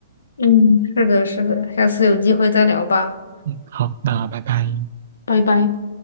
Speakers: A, on the left; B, on the right.
A: 嗯，是的，是的，下次有机会再聊吧，
B: 嗯，好，那拜拜。
A: 拜拜。